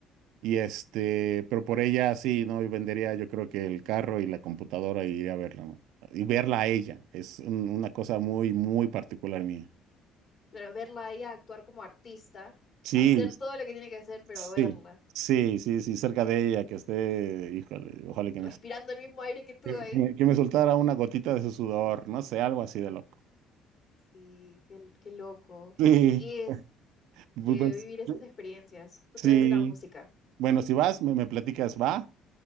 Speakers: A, on the right; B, on the left.
A: Y este, pero por ella sí, ¿no? Yo vendería yo creo que el carro y la computadora y iría a verla, ¿no? Y verla a ella. Es un- una cosa muy, muy particular mía.
B: Pero verla a ella actuar como artista,
A: Sí,
B: hacer todo lo que tiene que hacer, pero
A: sí,
B: verla,
A: sí, sí, sí, cerca de ella, que esté, híjole, ojalá que
B: respirando
A: me,
B: el mismo aire que tú
A: que
B: ahí.
A: que me, que me soltara una gotita de su sudor, no sé, algo así de loco.
B: Sí, qué, qué loco.
A: Sí,
B: Y es
A: <laughs> pues,
B: que
A: pues,
B: vivir esas
A: yo-
B: experiencias a
A: sí.
B: través de la música.
A: Bueno, si vas, me, me platicas, va.